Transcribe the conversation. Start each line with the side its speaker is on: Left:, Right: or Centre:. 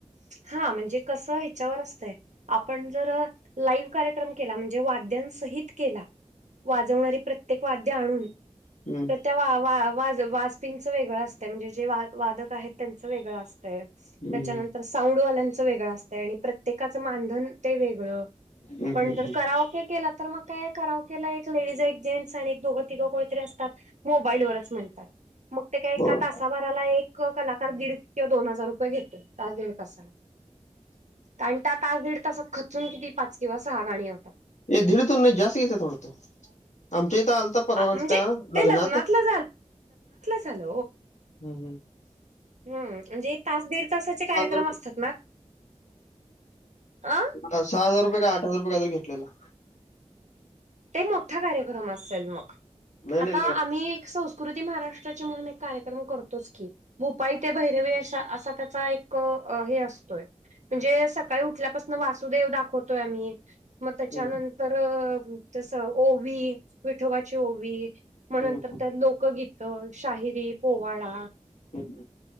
Right: हा म्हणजे कस ह्याच्यावर असतंय. आपण जर लाईव्ह कार्यक्रम केला म्हणजे वाद्यांसहित केला. वाजवणारी प्रत्येक वाद्य आणून
Left: हम्म
Right: तर त्या वा वा वा वाज च वेगळं असत म्हणजे जे वादक आहेत त्यांचं वेगळं असत त्याच्यानं
Left: हम्म
Right: तर साऊंडवाल्यांचं वेगळं असतंय आणि प्रत्येकाचं मानधन ते वेगळं.
Left: हम्
Right: पण
Left: हम्
Right: जर
Left: हम्
Right: कराओके केलं तर मग काय कराओकेला एक लेडीज एक जेंट्स आणि एक दोघं तिघं कोनीतरी असतात मोबाईलवरच म्हणतात. मग ते काय एका
Left: होय
Right: तासाभराला एक कलाकार दीड किंवा दोन हजार रुपये घेतोय. तास दीड तासाला. कारण त्या तास दीड तासात खचून किती पाच किंवा सहा गाणी होतात.
Left: हे धीर धूून नाही जास्त घेतात वाडत आमच्या इथ आलता परवा
Right: म्हणजे
Left: एकटा
Right: ते
Left: लग्नात
Right: लग्नातलं झालं.
Left: हम्म हम्म.
Right: हम्म म्हणजे तास दीड तासाचे कार्यक्रम
Left: हजार
Right: असतात ना अ
Left: सहा हजार रुपये का आठजार रुपय काय तरी घेतलेला.
Right: ते मोठा कार्यक्रम असेल मग
Left: नाही
Right: आता
Left: नाही
Right: आम्ही संस्कृती महाराष्ट्राची म्हणून एक कार्यक्रम करतोच की. भुपाई ते भैरवी अशा असा त्याचा एक हे असतोय. म्हणजे सकाळी उठल्यापासून वासुदेव दाखवतोय आम्ही मग त्याच्यानंतर
Left: हम्म
Right: तस ओवी विठोबाची ओवी
Left: हम्म
Right: म नंतर त लोकगीत शाहिरी पोवाडा.
Left: हम्म.